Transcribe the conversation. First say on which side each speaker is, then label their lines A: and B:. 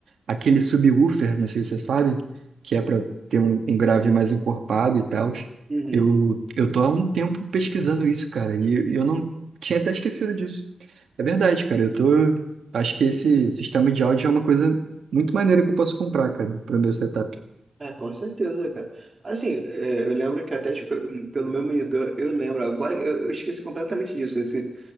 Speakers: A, on the right; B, on the right.
A: aquele subwoofer, não sei se você sabe, que é para ter um, um grave mais encorpado e tal.
B: Uhum.
A: Eu, eu tô há um tempo pesquisando isso, cara, e eu não tinha até esquecido disso. É verdade, cara, eu tô. Acho que esse sistema de áudio é uma coisa muito maneira que eu posso comprar, cara, para o meu setup.
B: É, com certeza, cara. Assim, é, eu lembro que até, tipo, pelo meu monitor, eu lembro, agora eu, eu esqueci completamente disso, esse,